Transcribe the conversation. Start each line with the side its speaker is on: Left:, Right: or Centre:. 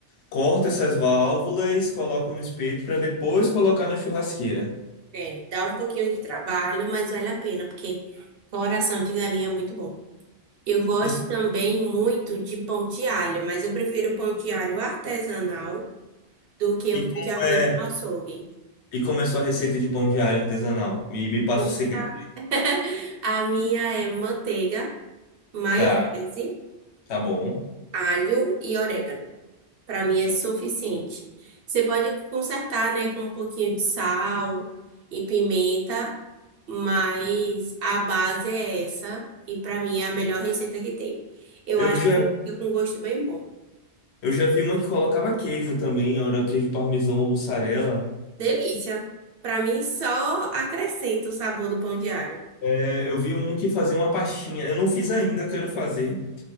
Left: corta essas válvulas, coloca no espeto para depois colocar na churrasqueira.
Right: É, dá um pouquinho de trabalho, mas vale a pena, porque coração de galinha é muito bom. Eu gosto
Left: Você-
Right: também muito de pão de alho, mas eu prefiro pão de alho artesanal do que o
Left: E
Right: que
Left: como
Right: já vem
Left: é,
Right: do açougue.
Left: e como é sua receita de pão de alho artesanal? Me, me passa
Right: Poxa,
Left: o segredo.
Right: <laughs> a minha é manteiga, maionese,
Left: Tá, tá bom.
Right: alho e orégano. Para mim é suficiente. Você pode consertar, né, com um pouquinho de sal e pimenta, mas a base é essa e para mim é a melhor receita que tem. Eu
Left: Eu
Right: acho
Left: já,
Right: que fica com gosto bem bom.
Left: eu já vi uma que colocava queijo também, era queijo parmesão ou mussarela.
Right: Delícia. Para mim só acrescenta o sabor do pão de alho.
Left: É, eu vi um que fazia uma pastinha, eu não fiz ainda, eu quero fazer,